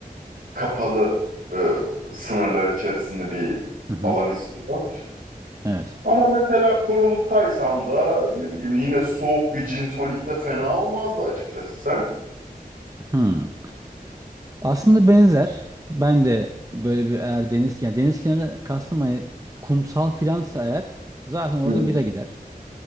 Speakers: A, on the right (about 80°); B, on the right (about 20°).
A: kapalı e, sınırlar içerisinde bir
B: Hı hı.
A: alan istiyor.
B: Evet.
A: Ama mesela koruluktaysam da ne bileyim yine soğuk bir gin tonik de fena olmazdı açıkçası sen.
B: Hı. Aslında benzer. Ben de böyle bir eğer deniz yani deniz kenarı kastım hani kumsal filansa eğer zaten orada
A: Hı hı.
B: bira gider.